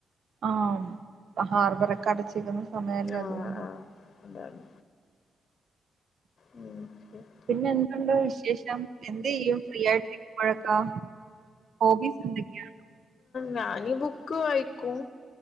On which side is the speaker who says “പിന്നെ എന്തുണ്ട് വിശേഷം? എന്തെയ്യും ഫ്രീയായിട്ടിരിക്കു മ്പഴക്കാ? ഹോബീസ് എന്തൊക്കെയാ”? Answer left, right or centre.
Right